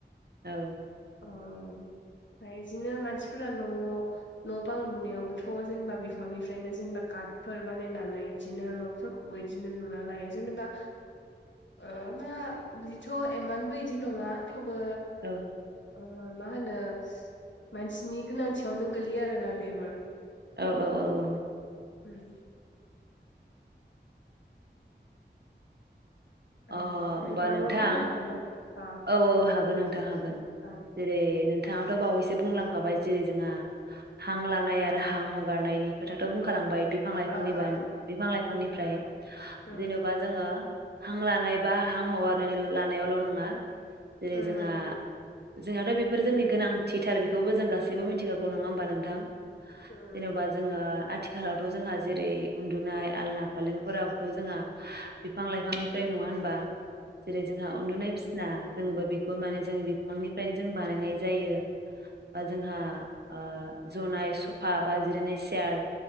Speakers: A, on the right; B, on the left.
A: औ
B: ओ ओमफ्राय इदिनो मानसिफोरा न न बां लुनायावबोथ जेनेबा बिफांनिफ्रायनो जेनेबा काटफोर बानायनानै इदिनो न फोरखौबो इदिनो लुना लायो जेनेबा ओ मा बिदिथ एमानबो इदि नङा थेवबो
A: औ
B: ओ मा होनो मानसिनि गोनांथियावनो गोलैयो आरोना बेबो
A: औ औ
B: उम
A: औ औ
B: उम ओं
A: अ होमबा
B: नोंथांङाबो
A: नोंथां
B: बुंनो हागोन ना अ
A: औ औ हागोन नोंथां हागोन
B: अ अ
A: जेरै नों थांङाथ बावैसो बुंलांखाबाय जेरै जोंहा हां लानाया आरो हां हगारनायनि खोथाथ बुंखालांबाय बिफां लाइफांनि
B: अ अ
A: बानाय <unintelligible> बिफां लाइफांनिफ्राय
B: अ उम
A: जेनबा जोङो हां लानाय बा हां हगारनानै लानायावल नङा जेरै
B: उम
A: जोंहा जोंनाथ बेफोर जोंनि गोनांथिथार बेखौबो जों गासैबो मिथिखागौ नङा होमबा नोंथां
B: उम
A: जेनेबा जोंङो आथिख खालावथ जोंहा जेरै उन्दुनाय आलना फालें फोराबोथ जोंहा बिफां लाइफांनिफ्राय नङा होन बा जेरै जोंहा उन्दुनाय बिस आ जोंबो बेख खौ माने जों बिफांनिफ्राय जों बानायनाय जायो बा जोंहा ओ जनाय सफा बा जिरायनाय सियार